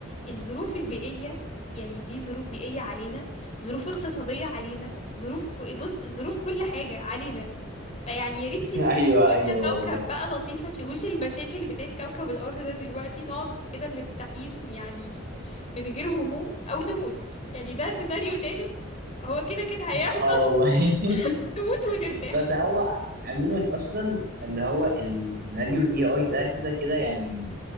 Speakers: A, on the left (about 35°); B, on the right (about 50°).
A: الظروف البيئيه يعني دي ظروف بيئيه علينا ظروف اقتصاديه علينا ظروف ك- بص ظروف كل حاجه علينا فيعني يا ريت يستمتعوا
B: ايوه ايوه
A: لنا كوكب
B: والله
A: بقى لطيف ما فيهوش المشاكل بتاعت كوكب الارض ده دلوقتي نقعد كده مرتاحين يعني من غير هموم او نموت يعني ده سيناريو تالت هو كده كده هيحصل
B: اه
A: <laughs>
B: والله <laughs>
A: نموت ونرتاح
B: بس هو عموما اصلا اللي هو السيناريو الاي اي ده كده كده يعني